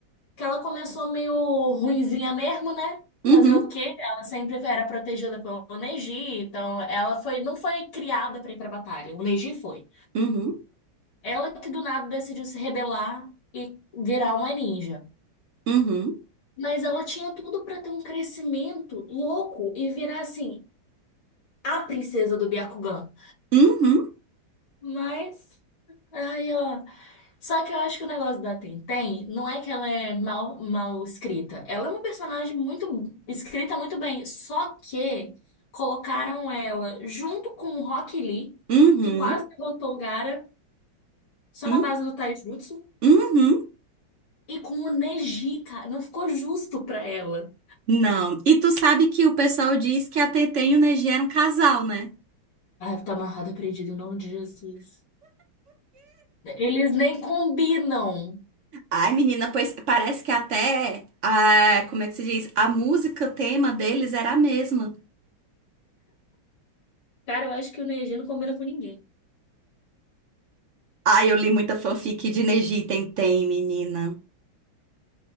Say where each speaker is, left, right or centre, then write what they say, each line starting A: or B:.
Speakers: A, on the left; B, on the right.
A: Que ela começou meio ruinzinha mesmo, né?
B: Uhum,
A: Fazer o quê? Ela sempre era protegida pelo Neji, então ela foi, não foi criada pra ir pra batalha, o Neji foi.
B: uhum,
A: Ela que do nada decidiu se rebelar e virar uma ninja.
B: uhum,
A: Mas ela tinha tudo pra ter um crescimento louco e virar assim, a princesa do Byakugan.
B: uhum,
A: Mas, ai, ó. Só que eu acho que o negócio da Tenten não é que ela é mal, mal escrita. Ela é uma personagem muito escrita muito bem. Só que colocaram ela junto com o Rock Lee,
B: uhum,
A: que quase derrotou o Gaara, só
B: uhum,
A: na base do Taijutsu,
B: uhum.
A: e com o Neji, cara. Não ficou justo pra ela.
B: Não. E tu sabe que o pessoal diz que a Tenten e o Neji eram casal, né?
A: Ai, tá amarrada, perdida, em nome de Jesus. Eles nem combinam.
B: Ai, menina, pois parece que até, ah, como é que se diz? A música tema deles era a mesma.
A: Cara, eu acho que o Neji não combina com ninguém.
B: Ai, eu li muita fanfic de Neji e Tentem, menina.